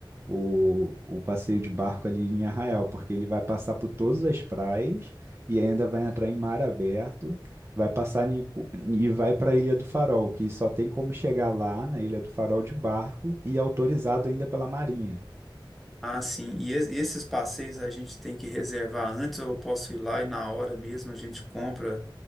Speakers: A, on the right; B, in the centre.
A: O, o passeio de barco ali em Arraial, porque ele vai passar por todas as praias e ainda vai entrar em mar aberto, vai passar em cu- e vai para a Ilha do Farol, que só tem como chegar lá na Ilha do Farol de barco e é autorizado ainda pela Marinha.
B: Ah, sim. E, es- e esses passeios a gente tem que reservar antes, ou eu posso ir lá e na hora mesmo a gente compra